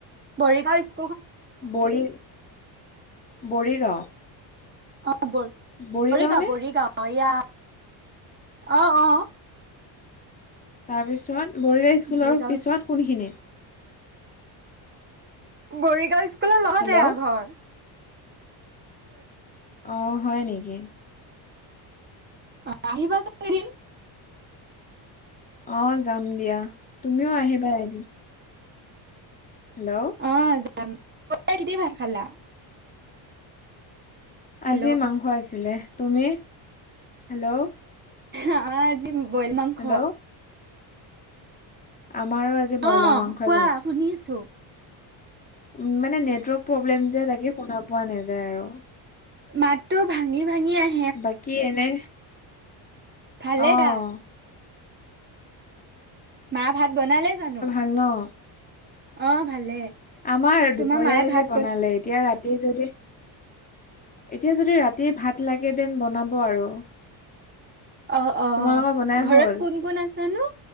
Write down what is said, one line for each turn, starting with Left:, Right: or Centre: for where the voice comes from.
Right: মৰিগাঁও স্কুল
Left: বৰি মৰিগাঁও?
Right: অ'
Left: বৰিগাঁও
Right: বৰিগাঁও-বৰিগাঁও
Left: নে
Right: ইয়া অ' অ'।
Left: তাৰপিছত মৰিগাঁও স্কুলৰ
Right: বৰিগাঁও
Left: পিছত কোনখিনিত?
Right: মৰিগাঁও স্কুলৰ লগতে
Left: হেল্ল'
Right: আ ঘৰ।
Left: অ' হয় নেকি?
Right: অ' আহিবা চুন এদিন।
Left: অ', যাম দিয়া, তুমিও আহিবা এদিন। হেল্ল'
Right: অ', যাম ভাত খালা? হেল্ল'
Left: আজি মাংস আছিলে। তুমি হেল্ল'
Right: আমাৰ, আজি বইলাৰ মাংস।
Left: হেল্ল' আমাৰো আজি ব্ৰইলাৰ
Right: অ',
Left: মাংসই
Right: কোৱা শুনি আছো।
Left: উ', মানে নেটৱৰ্ক প্ৰব্লেম যে তাকে, শুনা পোৱা নাযায় আৰু।
Right: মাত টো ভাঙি-ভাঙি আহি
Left: বাকী এনে
Right: ভালে
Left: অ',
Right: দা মা ভাত বনালে জানো?
Left: ন ন <unintelligible>
Right: অ', ভালে।
Left: আমাৰ
Right: তোমাৰ
Left: দুপৰীয়াই
Right: মায়ে ভাত
Left: যি বনালে, এতিয়া ৰাতি যদি এতিয়া যদি ৰাতিয ভাত লাগে দেন বনাব আৰু।
Right: অ', অ'ঘৰত
Left: তোমালোকৰ বনাই হ'ল
Right: কোন-কোন আছে নো?